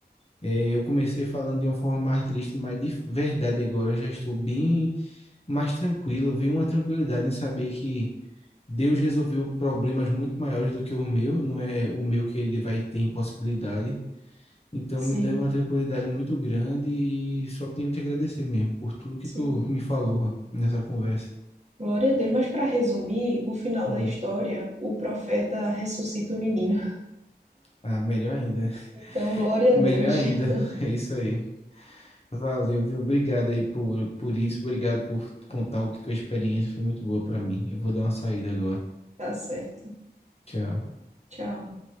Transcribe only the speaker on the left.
É, eu comecei falando de uma forma mais triste, mas de verdade agora eu já estou bem mais tranquilo. Veio uma tranquilidade em saber que Deus resolveu problemas muito maiores do que o meu. Não é o meu que ele vai ter impossibilidade. Então
me deu uma tranquilidade muito grande e só tenho que agradecer mesmo por tudo que
tu <laughs> me falou ó, nessa conversa.
Hum.
Ah, melhor ainda, né? <laughs>
Melhor
ainda.
É isso aí. Valeu, viu? Obrigado aí por, por isso. Obrigado por contar o que tua experiência foi muito boa pra mim. Eu vou dar uma saída agora.
Tchau.